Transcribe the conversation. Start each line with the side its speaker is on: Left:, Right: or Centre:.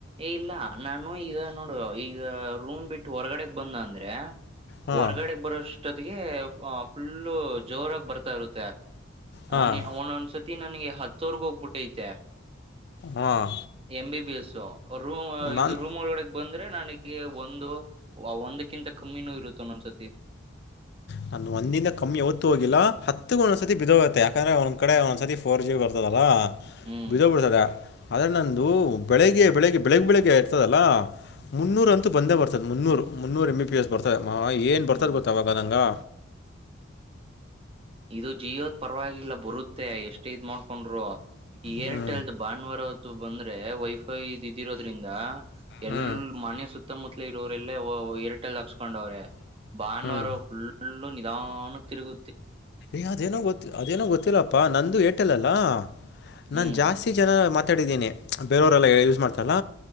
Right: ಏ ಇಲ್ಲ ನಾನು ಈಗ ನೋಡು ಈಗ ರೂಮ್ ಬಿಟ್ಟು ಹೊರಗಡೆಗ್ ಬಂದ ಅಂದ್ರೆ.
Left: ಹಾಂ
Right: ಹೊರಗಡೆಗ್ ಬರೋಷ್ಟೊತ್ತಿಗೆ ಫುಲ್ಲು ಜೋರಾಗಿ ಬರ್ತಾ ಇರುತ್ತೆ.
Left: ಹಾಂ
Right: ಹ ನೀ ಅವನೊಂದ್ಸತಿ ನನ್ಗೆ ಹತ್ತೋರ್ಗ ಹೋಗ್ಬಿಟ್ಟೈತೆ.
Left: ಹಾಂ
Right: M B B S room
Left: ನಾನು
Right: ಇದು ರೂಮ್ ಒಳಗಡೆಗೆ ಬಂದ್ರೆ ನನಗೆ. ಹಾಗಗೆ ಒಂದು ಒಂದಕ್ಕಿಂತ ಕಮ್ಮಿನೂ ಇರುತ್ತ ನೊಂದ್ಸತಿ.
Left: ನಾನ ಒಂದಂದ ಕಮ್ಮಿ ಯಾವತ್ತು ಹೋಗಿಲ್ಲಾ ಹತ್ತುಗೂ ಒಂದ್ಸತಿ ಬಿದ ಹೋಗುತ್ತೆ ಯಾಕಂದ್ರೆ ಒಂದ್ಡೆ ಒಂದ್ ಸತಿ ಫೋರ್ ಜಿ ಬಿ ಬರ್ತದಲ್ಲಾ.
Right: ಹ್ಮ್
Left: ಬಿದೋ ಬಿಡ್ತಾರೆ ಅದ ನಂದು ಬೆಳಿಗ್ಗೆ ಬೆಳಿಗ್ಗೆ ಬೆಳಗ್ ಬೆಳಿಗ್ಗೆ ಇರ್ತದಲ್ಲ. ಮುನ್ನೂರ ಅಂತೂ ಬಂದೇ ಬರ್ತದೆ ಮುನ್ನೂರು ಮುನ್ನೂರು ಎಂ ಬಿ ಪಿ ಎಸ್ ಬರ್ತದೆ ಏನ್ ಬರ್ತದ
Right: ಹ್ಮ್
Left: ಗೊತ್ತವಾಗ ನಂಗಗೆ.
Right: ಇದು ಜಿಯೋದ ಪರವಾಗಿಲ್ಲ ಬರುತ್ತೇ ಎಷ್ಟು. ಇದ್ ಮಾಡ್ಕೊಂಡ್ರು
Left: ಹ್ಞೂ
Right: ಏರ್ಟೆಲ್ ಭಾನುವಾರತ್ತು ಬಂದ್ರೆ ವೈಫೈ ಇದ್ ಇದಿರೋದ್ರಿಂದ. ಎಲ್
Left: ಹ್ಞೂ
Right: ಮನೆ ಸುತ್ತಮುತ್ತಲ ಇರೋರೆಲ್ಲ ಹರಟಲ್ ಹಾಕ್ಸ್ಕೊಂಡವ್ರೆ. ಬಾನವಾರ
Left: ಹ್ಞೂ
Right: ಫುಲ್ಲು ನಿಧಾನ ತಿರುಗ.
Left: ಯ್ ಅದೇನೋ ಗೊತ್ತ ಅದೇನೋ ಗೊತ್ತಿಲ್ಲಪ್ಪಾ ನಂದು ಏಟಲ್ಲಲ್ಲಾ.
Right: ಹ್ಮ್
Left: ನಾು ಜಾಸ್ತಿ ಜನ ಮಾತಾಡಿದ್ದೀನೆ ಬೇರೆಯವರೆಲ್ಲ ಯೂಸ್ ಮಾಡ್ತಲ್ಲ.